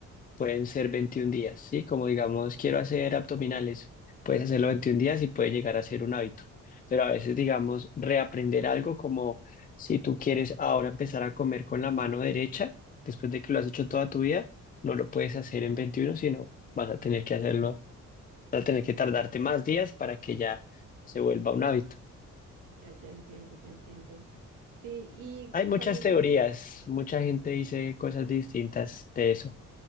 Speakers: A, on the left; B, on the right.
A: Pueden ser 21 días, ¿sí? Como digamos, quiero hacer abdominales, puedes hacerlo 21 días y puede llegar a ser un hábito. Pero a veces, digamos, reaprender algo como si tú quieres ahora empezar a comer con la mano derecha, después de que lo has hecho toda tu vida, no lo puedes hacer en 21, sino vas a tener que hacerlo, vas a tener que tardarte más días para que ya se vuelva un hábito.
B: Ya, ya entiendo, ya entiendo. Sí, ¿y
A: Hay muchas
B: cuáles
A: teorías,
B: son
A: mucha gente dice cosas distintas de eso,